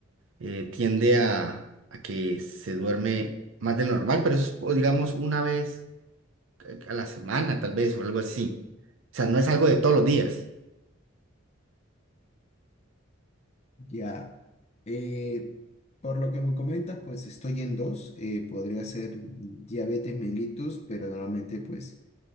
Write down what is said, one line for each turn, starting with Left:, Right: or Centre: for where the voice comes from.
Right: eh, tiende a, a que se duerme más de lo normal, pero eso es, o digamos, una vez eh, a la semana, tal vez, o algo así. O sea, no es algo de todos los días.
Left: Ya. Eh, por lo que me comentas, pues estoy en dos. eh, podría ser diabetes mellitus, pero normalmente pues